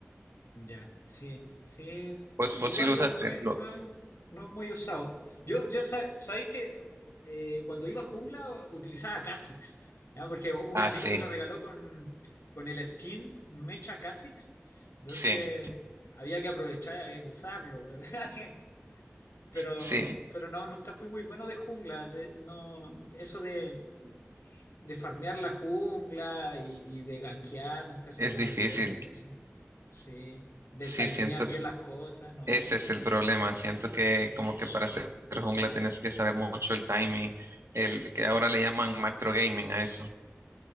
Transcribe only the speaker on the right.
¿Vos,
vos sí lo usaste?
Lo,
ah,
sí,
sí,
sí,
es
difícil.
Sí,
siento
Ese es el
problema. Siento que como que para hacer jungla tienes que saber mucho el timing, el que ahora le llaman macro gaming a eso.